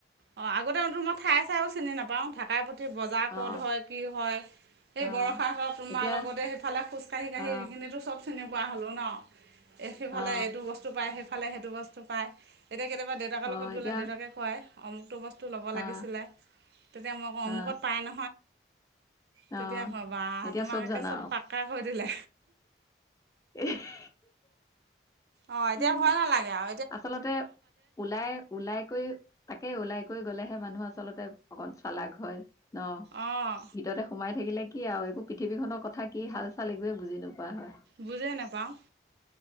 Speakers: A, on the right; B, on the left.
A: অঁ আগতে মই ঠাই চাইও চিনি নাপাওঁ। থাকাই প্ৰতি বজাৰ কত
B: অ
A: হয়, কি হয়, সেই
B: অ
A: বৰষাহঁতত তোমাৰ
B: এতিয়া
A: লগতে সেইফালে খোজকাঢ়ি কাঢ়ি
B: অ
A: সেইখিনিতো চব চিনি পোৱা হ'লোঁ ন। সিফালে
B: অ
A: এইটো বস বস্তু পায় সেফালে, সেইটো বস্তু পায়, এতিয়া কেতিয়াবা দেউতাকৰ
B: অ
A: লগত
B: এতিয়া
A: গলে দেউতাকে কয় অমুকটো বস তো লব লাগিছিলে,
B: অ
A: তেতিয়া মই কওঁ অমুকত
B: অ
A: পাই ন তেতিয়া
B: অ
A: ক'বা
B: এতিয়া
A: তোমাক একে
B: জানা
A: চব পাক্কা কৰি দিলে।
B: এই <unintelligible>
A: অ এতিয়া
B: আৰু
A: ভয় নালাগে আও।
B: আচলতে ওলাই- ওলাই কৰি তাকে ওলাই কৰি গ'লেহে মানুহ আচলতে অকণ চালাগ হয় ন।
A: অ
B: ভিতৰতে সোমাই থাকিলে কি আৰু একো পৃথিৱীখনৰ কথা কি হাল চাল একোৱে বুজি নোপোৱা হয়।
A: বুজে নাপাওঁ।